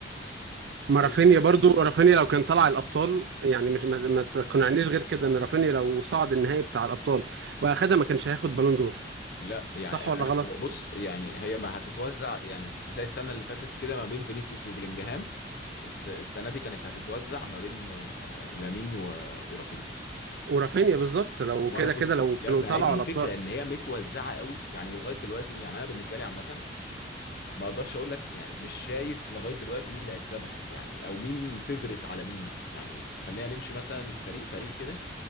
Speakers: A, on the right; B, on the left.
A: ما
B: بص
A: رافينيا برضو
B: يعني
A: رافينيا لو كان طلع الابطال يعني مش ما, ما تقنعنيش غير كده ان رافينيا لو صعد النهائي بتاع الابطال واخدها ما كانش هياخد بالون دور
B: لا يعني
A: صح ولا
B: انا
A: غلط
B: بص يعني هي ما هتتوزع يعني زي السنه اللي فاتت كده ما بين فينيسيوس وبلينجهام الس- السنه دي كانت هتتوزع ما بين آه، لامين و- ورافينيا
A: ورافينيا بالظبط لو
B: وانا
A: كده
B: كنت
A: كده لو كانوا
B: يا ما
A: طلعوا
B: هي دي الفكره
A: الابطال
B: ان هي متوزعه قوي يعني ولغايه دلوقتي يعني انا بالنسبه لي عامه ما اقدرش اقول لك يعني مش شايف لغايه دلوقتي مين اللي هيكسبها يعني او مين فيفرت على مين يعني خلينا نمشي مثلا فريق فريق كده